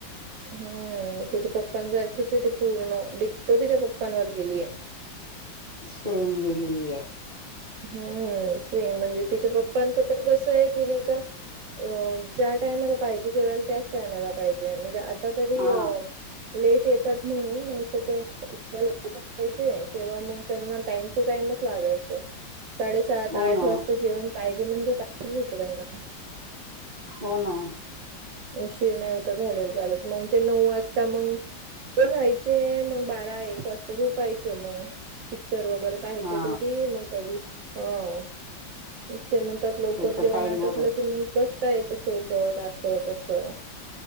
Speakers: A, on the right (about 75°); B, on the right (about 45°).
A: हम्म तिच्या पप्पांसारखीच आहे ती पूर्ण डिकटो तिच्या पप्पांवर गेलीये....
B: सेम गेलेली आहे...
A: हम्म सेम म्हणजे तिच्या पप्पांचं पण कसं आहे की नाही का? अ ज्या टायमाला पाहिजे जेवायला त्याच टायमाला पाहिजे म्हणजे आता तरी
B: हा
A: अ.... लेट येतात म्हणून नाही तर ते लवकर जायचे तेव्हा मग त्यांना... टाइम टू टाइमच लागायच साडेसात
B: हो
A: आठ
B: ना
A: वाजता जेवण पाहिजे म्हणजे पाहिजे होतं त्यांना...
B: हो ना....
A: उशीर नाही होता झालेला चालत मग ते नऊ वाजता मग... राहायचे मग बारा एक वाजता झोपायचं मग पिक्चर वगैरे.... पाहिजे
B: हा
A: कधी मग कधी हो.. ते म्हणतात लवकर
B: त्याच
A: जेवण
B: टाईमवरच
A: आटपलं कि मग बसता येत सोबत अस तसं...